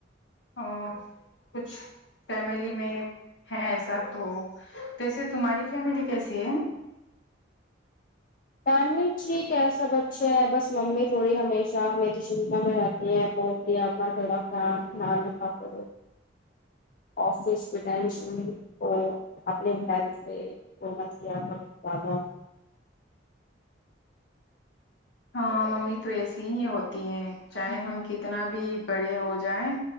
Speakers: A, on the left (about 65°); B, on the left (about 45°).
A: اور کچھ فیملی میں ہے ایسا تو جیسے تمہاری فیملی کیسی ہے
B: فیملی ٹھیک ہے سب اچھے ہیں بس ممی تھوڑی ہمیشہ میری چنتا میں رہتی بولتی اپنا تھوڑا سان ن نہ <unintelligible> آفس کی ٹینشن وہ اپنے ہیل پہ وہ مت کیا بہت زیادہ <inaudible>
A: ہاں ممی تو ایسی ہی ہوتی ہے چاہے ہم کتنا بھی بڑے ہو جائیں